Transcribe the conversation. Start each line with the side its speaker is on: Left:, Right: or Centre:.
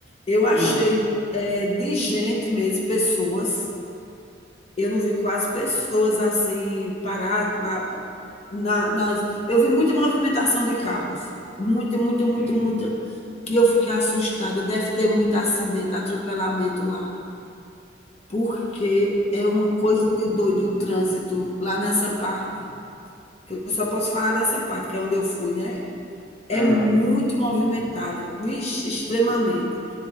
Left: Eu achei
Centre: Ah,
Left: é, de gente mesmo, pessoas. Eu não vi quase pessoas assim paradas, na, nas. Eu vi muita movimentação de carros. Muita, muita, muita,
Centre: sim.
Left: muita. E eu fiquei assustada. Deve ter muito acidente, atropelamento lá. Porque é uma coisa de doido o trânsito lá nessa parte. Eu só posso falar dessa parte, que é onde eu fui, né? É
Centre: Aham.
Left: muito movimentado, vixe, extremamente.